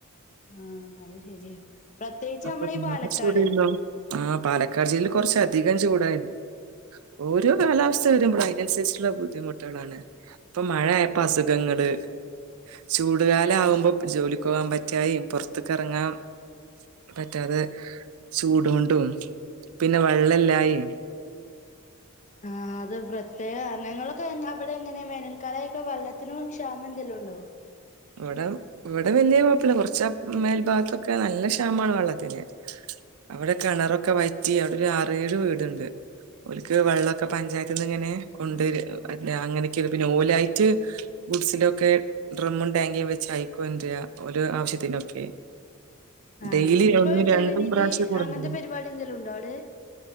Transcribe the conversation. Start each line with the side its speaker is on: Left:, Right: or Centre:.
Left: ആഹ് അത് ശരിയാ പ്രത്യേകിച്ച്
Right: അപ്പൊ
Left: നമ്മളെ
Right: <unintelligible>
Left: ഈ പാലക്കാട്
Right: ആഹ് പാലക്കാട് ജില്ല കുറച്ച അധികം ചൂടായിരുന്നു ഓരോ കാലാവസ്ഥ വരുമ്പോള് അതിനനുസരിച്ചുള്ള ബുദ്ധിമുട്ടുകളാണ് ഇപ്പൊ മഴയായപ്പോ അസുഖങ്ങള് ചൂടുകാലം ആകുമ്പോ ജോലിക്ക് പോകാൻ പറ്റായികേം പൊറത്തക്കെറങ്ങാൻ പറ്റാതെ ചൂട് കൊണ്ടും പിന്നെ വെള്ളല്ലായ്കയും
Left: ആ അത് പ്ര തേകാരണങ്ങളൊക്കെ അവിടെ എങ്ങനെ വേനൽക്കാലയ്ക്കെ വെള്ളത്തിനും ക്ഷാമം എന്തെലുണ്ടോ
Right: ഇവടെ ഇവടെ പിന്നെ കൊഴപ്പല്ല കൊർച്ച മേൽഭാഗത്തൊക്കെ നല്ല ക്ഷാമാണ് വെള്ളത്തിന് അവടെ കെണറൊക്കെ വറ്റി അവിടെ ഒരു ആറേഴ് വീട്ണ്ട് ഓൽക്ക് വെള്ളൊക്കെ പഞ്ചായത്തിന്ന് ഇങ്ങനെ കൊണ്ട വര അങ്ങനെയൊകണ് പിന്നെ ഓലായിട്ട് ഗുഡ്സിലൊക്കെ ഡ്രമ് ടാങ്ങി വെച്ച് അയ്കൊണ്ടര ഓലെ ആവശ്യത്തിനൊക്കെ
Left: ആ
Right: ഡെയിലി
Left: ഇപ്പൊ
Right: ഒന്നും രണ്ടും
Left: ജലനിധി
Right: പ്രാവശ്യം കൊടുക്കുന്നു
Left: അങ്ങൻത്തെ പരിപാടി എന്തെലും ഉണ്ടോ അവ്ട്